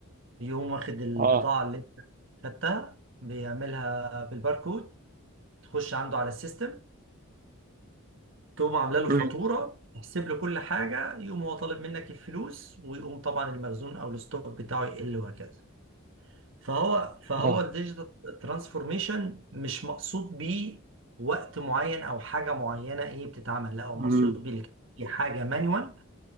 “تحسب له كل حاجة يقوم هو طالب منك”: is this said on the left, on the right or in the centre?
Right